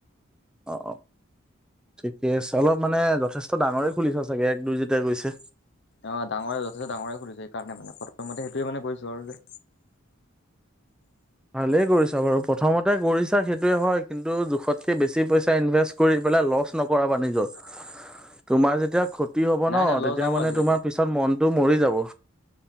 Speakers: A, in the centre; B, on the left (about 55°).
A: অহ অহ ঠিকে আছে অলপ মানে যথেষ্ট ডাঙৰে খোলিছ চাগে এক দুই যেতিয়া গৈছে।
B: অহ ডাঙৰে যথেষ্ট ডাঙৰে খোলিছে সেইকাৰণে মানে প্ৰথমতে সেইটোৱে মানে কৰিছো আৰু যে।
A: ভালেই কৰিছা বাৰু প্ৰথমতে কৰিছা সেইটোয়ে হয় কিন্তু জোখতকে বেছি পইচা ইনভেষ্ট কৰি। লৈ পেলাই লচ নপৰাব নিজৰ তোমাৰ তেতিয়া। দি হব ন
B: নাই নাই লছ
A: তেতিয়া
B: নাই বাৰু
A: মানে
B: আজিলৈকে।
A: তোমাৰ পিছত মনটো মৰি যাব।